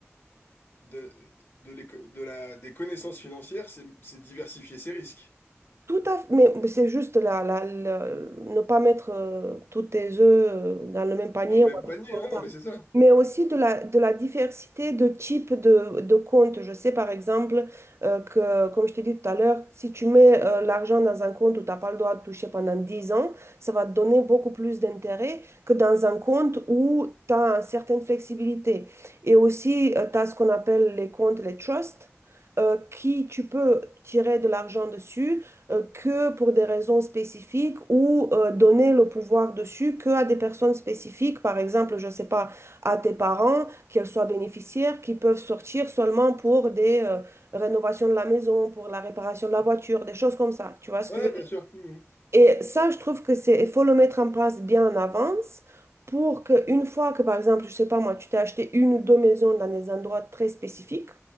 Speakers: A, on the left (about 55°); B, on the right (about 65°).
A: de, de l'éco- de la, des connaissances financières, c'est c'est diversifier ses risques.
B: Tout à fait, mais c'est juste la, la- la- ne pas mettre euh, tous tes œufs euh, dans le même panier
A: Dans le même
B: ou un
A: panier,
B: truc comme
A: hein,
B: ça.
A: non, mais c'est ça.
B: Mais aussi de la, de la diversité de types de, de comptes. Je sais par exemple euh, que, comme je t'ai dit tout à l'heure, si tu mets euh, l'argent dans un compte où tu n'as pas le droit de toucher pendant 10 ans, ça va te donner beaucoup plus d'intérêt que dans un compte où tu as une certaine flexibilité. Et aussi, tu as ce qu'on appelle les comptes, les trusts euh, qui tu peux tirer de l'argent dessus euh, que pour des raisons spécifiques ou euh, donner le pouvoir dessus que à des personnes spécifiques, par exemple, je sais pas, à tes parents, qu'elles soient bénéficiaires, qui peuvent sortir seulement pour des euh, rénovations de la maison, pour la réparation de la voiture, des choses comme ça. Tu vois ce
A: Ouais,
B: que je veux
A: bien
B: dire?
A: sûr. Mhm.
B: Et ça, je trouve que c'est, il faut le mettre en place bien en avance. Pour qu'une fois que, par exemple, je sais pas moi, tu t'es acheté une ou deux maisons dans des endroits très spécifiques